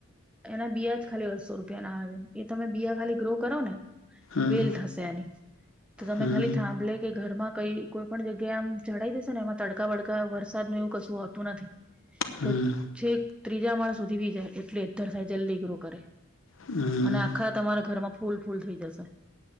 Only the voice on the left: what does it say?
હમ
હમ
હમ
હમ